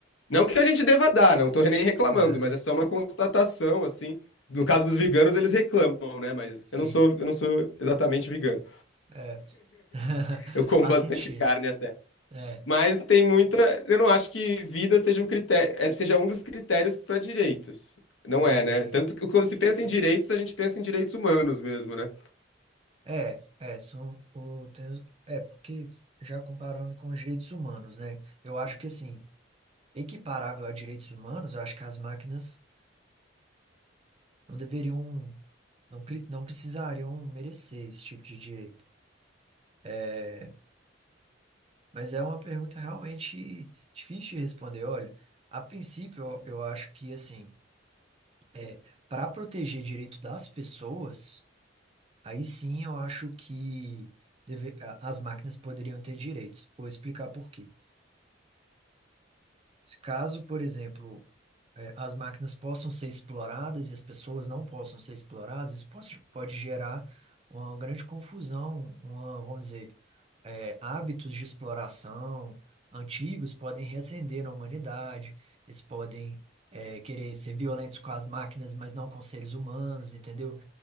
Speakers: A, on the left; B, on the right.
A: Não que a gente deva dar, não tô nem reclamando,
B: <laughs>
A: mas é só uma constatação, assim. No caso dos veganos, eles reclamam, né? Mas
B: sim,
A: eu não sou, eu não sou exatamente vegano.
B: é. <laughs>
A: Eu como
B: Faz
A: bastante
B: sentido.
A: carne até.
B: É,
A: Mas tem muita. Eu não acho que vida seja um critério, eh, seja um dos critérios para direitos. Não
B: entendi.
A: é, né? Tanto que quando se pensa em direitos, a gente pensa em direitos humanos mesmo, né?
B: É, é, são o, tem os- é, porque já comparando com os direitos humanos, né? Eu acho que assim, equiparável a direitos humanos, eu acho que as máquinas não deveriam, não, pre- não precisariam merecer esse tipo de direito. É, Mas é uma pergunta realmente difícil de responder. Olha, a princípio, eu, eu acho que, assim, é, para proteger direito das pessoas, aí sim eu acho que deve- a- as máquinas poderiam ter direitos. Vou explicar por quê. Caso, por exemplo, é, as máquinas possam ser exploradas e as pessoas não possam ser exploradas, isso pode, pode gerar uma grande confusão, uma, vamos dizer, é, hábitos de exploração antigos podem reacender na humanidade, eles podem é, querer ser violentos com as máquinas, mas não com seres humanos, entendeu?